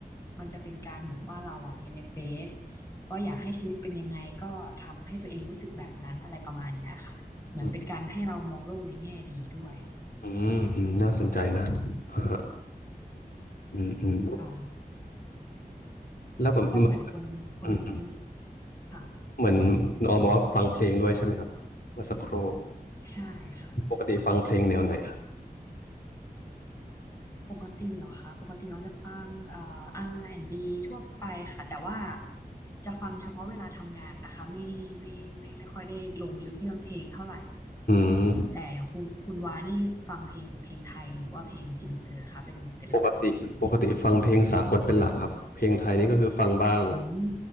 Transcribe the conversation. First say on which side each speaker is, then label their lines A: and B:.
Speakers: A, on the left; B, on the left.
A: มันจะเป็นการเหมือนว่าเราอะเมนิเฟสว่าอยากให้ชีวิตเป็นยังไงก็ทำให้ตัวเองรู้สึกแบบนั้นอะไรประมาณเนี้ยค่ะเหมือนเป็นการให้เรามองโลกในแง่ดีด้วย
B: อืมอืมอืมน่าสนใจนะอ่าฮะอืมอืม
A: ค่ะ
B: แล้วแบบเหมือน
A: แล้วเหมือนคนคนคน
B: อืมอืม
A: ค่ะ
B: เหมือนคุณออมบอกว่าฟังเพลงด้วยใช่ไหมครับเมื่อสักครู่
A: ใช่ค่ะ
B: ปกติฟังเพลงแนวไหนฮะ
A: ปกติเหรอคะปกติเราจะฟังเอ่อ r ีทั่วไปค่ะแต่ว่าจะฟังเฉพาะเวลาทำงานนะคะไม่ไม่ไม่ไม่ค่อยได้ลงลึกเรื่องเพลงเท่าไหร่
B: อืม
A: แต่อย่างคุณคุณวานี่ฟังเพลงเพลงไทยหรือว่าเพลงอินเตอร์คะเป็นเป็นหลัก
B: ปกติปกติฟังเพลงสากลเป็นหลักครับเพลงไทยนี่ก็คือฟังบ้าง
A: อืม